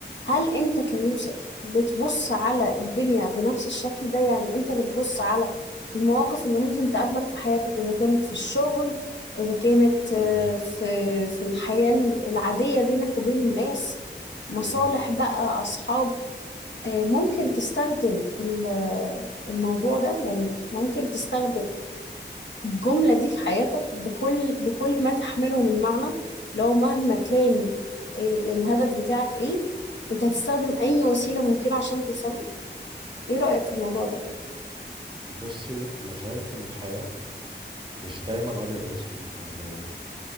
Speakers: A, on the left; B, on the right.
A: هل انت كيوسف بتبص على الدنيا بنفس الشكل ده يعني انت بتبص على المواقف اللي ممكن تقابلك في حياتك اذا كانت في الشغل اذا كانت آه،
B: مم.
A: في في الحياة العادية بينك وبين الناس مصالح
B: مم.
A: بقى اصحاب آه، ممكن تستخدم ال- آه، الموضوع ده يعني ممكن تستخدم الجملة دي في حياتك بكل بكل ما تحمله من معنى لو مهما كان إيه الهدف بتاعك ايه انت هتستخدم اي وسيلة ممكنة عشان توصل له ايه رأيك في الموضوع ده
B: بصي انا شايف ان الحياه مش دايما ابيض واسود يعني